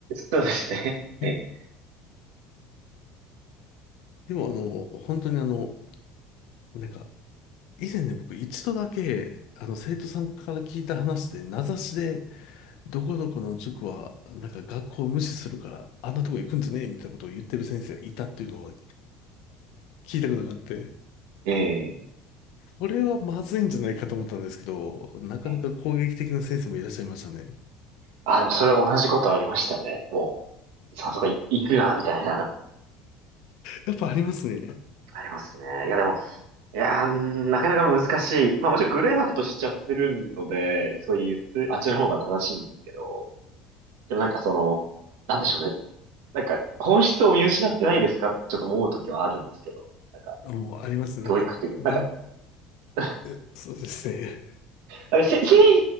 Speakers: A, on the right; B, on the left.
A: そうですね。ええ、
B: え、でもあの、本当にあの、なんか、以前ね、僕一度だけ、あの、生徒さんから聞いた話で、名指しで、どこどこの塾は、なんか学校を無視するから、あんなとこ行くんじゃねえみたいなことを言ってる先生がいたっていうのは聞いたことがあって、
A: ええ、
B: これはまずいんじゃないかと思ったんですけど、なかなか攻撃的な先生もいらっしゃいましたね。
A: ええ。あ、でもそれ同じことありましたね。もう、早速い行くな、みたいな。
B: やっぱありますね。
A: ありますね。いや、でも、いやー、なかなか難しい。まあもちろんグレーなことしちゃってるので、すごい言ってる、あっちの方が正しいんですけど、でもなんかその、なんでしょうね。なんか、本質を見失ってないですかってちょっと思うときはあるんですけども、なんか、
B: あもうありますね。
A: 教育っていうなんか、
B: なんか、が、
A: <laughs>
B: えそうですね。
A: なんかせ正